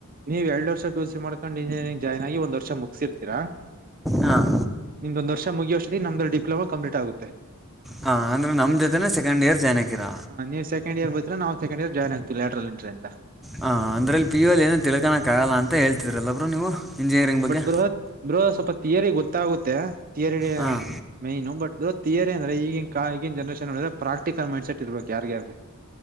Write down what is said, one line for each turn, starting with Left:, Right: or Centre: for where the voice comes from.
Right: ನೀವು ಎರಡ್ ವರ್ಷ ಪಿ ಯು ಸಿ ಮಾಕೊಂಡು ಇಂಜಿನಿಯಂಗ್ ಜೋನ್ ಒಂದ್ ಮುಗಸಿ ತೀರ
Centre: ಹಾಂ
Right: ನಿಮೊಂದಂದು ವರ್ಷ ಮುಗಿುವಷ್ಟದ ನಮ್ದ ಡಿಪ್ಲೋಾ ಕಂಪ್ಲಟ್ ಆಗುತ್ತೆ
Centre: ಹ ಅಂದ್ರೆ ನಮ ಜೋತೆೇನೆ ಸೆಕೆಂಡ್ ಇಯರ್ ಜೋನ್ ಆಗ್ತೀರಿ
Right: ನೀವು ಸೆಕೆಂಡ್ ಇಯರ್ ಜೋನ್ ನವು ಸೆಕೆಂಡ್ ಇಯಾರ ಜಾಯನ್ ಆಗ್ತವಿ ಲ್ಯಾಟ್ರಲ್ ಅಂತ
Centre: ಹ ಅಂದ್ರಲ್ಲಿ ಪ ಯು ಎ ಏನು ತಿಳ್ಕೋಕ್ಕಾಗಲ್ಲ ಅಂತ ಹೇಳ್ತಿದ್ರಲ್ಲಬರು ನೀವು ಇಂಜಿನಿಯರಿಂಗ್ ಬಗ್ಗೆ
Right: ಬಟ್ ಬ್ರೋ ಸ್ವಲ್ಪ ತಿಯರಿ ಗೊತ್ತಾಗುತ್ತೆ ತಿಯರಿ
Centre: ಹಾಂ
Right: ಮೈನು ಬಟ್ದು ತಾಯರಿ ಅಂದ್ರ ಈಗ ಕ ಈಗ ಜನರೇಶನ್ ಪ್ರಾಕ್ಟಿಕಲ್ ಮೈಂಡ್ ಸೆಟ್ ಇರ್ಬೇಕು ಯಾರ್ಗ ಯಾರ್ಲಿ <unintelligible>